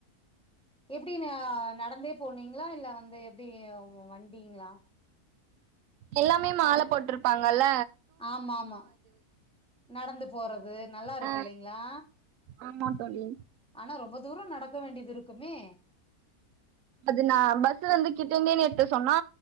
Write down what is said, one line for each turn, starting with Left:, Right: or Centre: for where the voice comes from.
Centre: எப்டி நா நடந்தே போனீங் ங்ளா இல்ல வந்து எப்டி உங்க வண் அப்டிங்ளா
Right: எல்லாமே மால போட்ருப் பாங்கல்ல
Centre: ஆமா ஆமா நடந்து போறது நல்லா இருக்கு
Right: ஆ
Centre: இல்லைங்களா
Right: ஆமா தோழி
Centre: ஆனா ரொம்ப தூர நடக்க வேண்டியது இருக்குமே
Right: அதுநா பஸ்லருந்து கிட்டயண்னே நிறுத்த சொன்னா